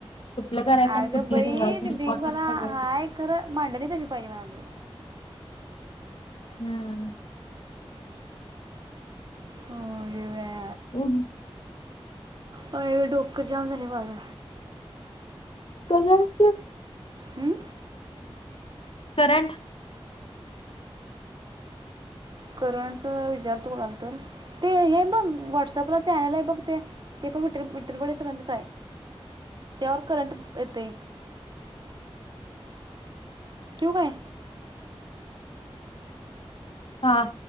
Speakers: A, on the left; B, on the right.
A: कुठलं करायचं
B: अगं
A: आणि कुठलं
B: बाई
A: ठेवायच
B: ते
A: इमपॉर्टनस
B: ढीग मला
A: नाही.
B: हाय खरं मांडणी कशी पाहिजे म्हणाली
A: हम्म.
B: होय.
A: हम्म.
B: अ डोक जाम झालय माझं.
A: कमी आलती.
B: हम्म
A: करंट..
B: करणच विचारतो कोणाला तर. ते हे बघ व्हॉट्सअपला चॅनल आहे बघ ते पणर इतर पडे त्या वर करंट इतेय. ठेऊ काय?
A: हां.